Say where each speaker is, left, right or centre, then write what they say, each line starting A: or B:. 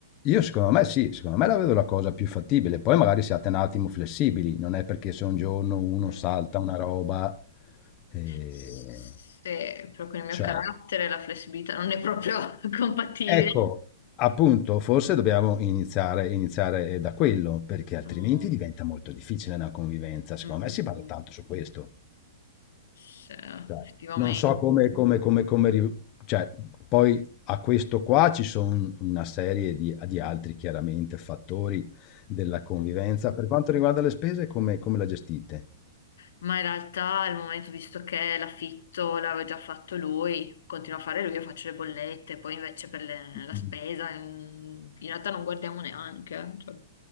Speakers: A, on the left; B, on the left.
A: io secondo me sì, secondo me la vedo la cosa più fattibile, poi magari siate un attimo flessibili, non è perché se un giorno uno
B: Mm.
A: salta una roba, eh,
B: Se proprio il mio
A: cioè,
B: carattere, la flessibilità non è proprio <laughs> compatibile.
A: ecco, appunto, forse dobbiamo iniziare, iniziare eh, da quello, perché altrimenti
B: Mm,
A: diventa molto difficile una convivenza, secondo
B: mm, mm,
A: me si basa
B: mm.
A: tanto su questo.
B: Sì, effettivamente.
A: Cioè, non so come, come, come, come ri- cioè, poi a questo qua ci sono una serie di, di altri, chiaramente, fattori della convivenza. Per quanto riguarda le spese, come, come la gestite?
B: Ma in realtà al momento, visto che l'affitto l'aveva già fatto lui, continuo a fare lui e faccio le bollette, poi invece per le- la spesa
A: Mm.
B: mm, in realtà non guardiamo neanche. eh. cioè.